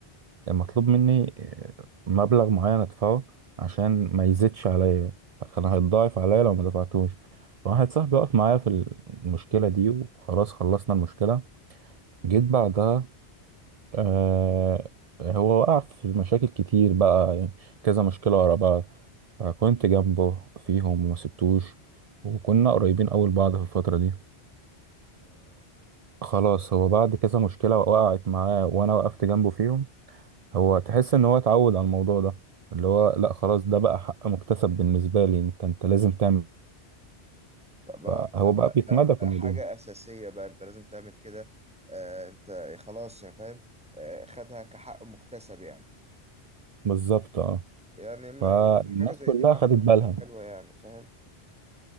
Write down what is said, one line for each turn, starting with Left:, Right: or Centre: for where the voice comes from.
Right: مطلوب مني آه، مبلغ معين ادفعه عشان ما يزيدش عليا كان هيتضاعف عليا لو ما دفعتوش واحد صاحبي وقف معايا في المشكله دي وخلاص خلصنا المشكله جيت بعدها آه هو وقع في مشاكل كتير بقى يعني كذا مشكلة ورا بعض فكنت جنبه فيهم وما سبتوش وكنا قريبين أوي لبعض في الفترة دي فخلاص هو بعد كذا مشكلة وقعت معاه وأنا وقفت جنبه فيهم هو تحس إن هو اتعود على الموضوع ده اللي هو لأ خلاص ده بقى حق مكتسب بالنسبة لي أنت أنت لازم تعمل
Centre: بقى بقى-
Right: فهو بقى بيتمادى
Centre: بقى
Right: في الموضوع
Centre: حاجة أساسية بقى أنت لازم تعمل كده آه، أنت خلاص يعني فاهم آه، خدها كحق مكتسب يعني
Right: بالظبط اه
Centre: يعني ما
Right: فالناس
Centre: حاجة زي
Right: كلها
Centre: دي مع
Right: خدت بالها
Centre: حلوة يعني فاهم